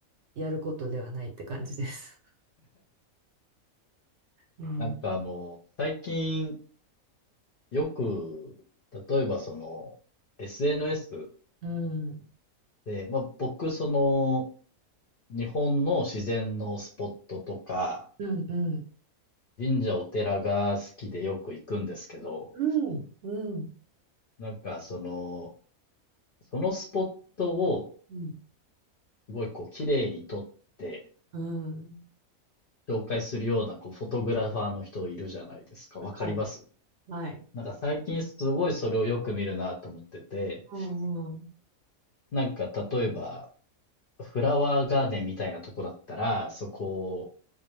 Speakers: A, on the right; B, on the left.
A: やることではないって感じです。うん。
B: なんか、あの、最近、よく、例えばその、SNS
A: うん。
B: で、まあ、僕、その、日本の自然のスポットとか、
A: うん。うん。
B: 神社お寺が好きでよく行くんですけど、
A: うん。うん。
B: なんかその、そのスポットを
A: うん。
B: すごいこう綺麗に撮って
A: うん
B: 紹介するようなこうフォトグラファーの人いるじゃないですか。わかります
A: はい。はい。
B: なんか最近すごいそれをよく見るなと思ってて、
A: うんうん。
B: なんか例えばフラワーガーデンみたいなとこだったら、そこを